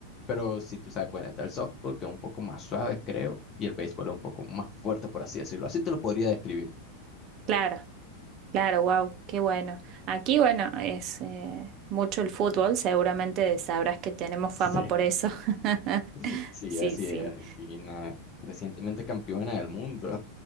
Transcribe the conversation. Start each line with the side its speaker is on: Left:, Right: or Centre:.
Left: pero si tú sabes, bueno, está el softball, que es un poco más suave, creo, y el béisbol es un poco más fuerte, por así decirlo. Así te lo podría describir.
Right: Claro, claro, wow, qué bueno. Aquí, bueno, es eh, mucho el fútbol, seguramente sabrás que tenemos
Left: Sí,
Right: fama por eso. <laughs>
Left: <laughs> sí,
Right: Sí,
Left: así
Right: sí.
Left: es. Argentina, recientemente campeona del mundo.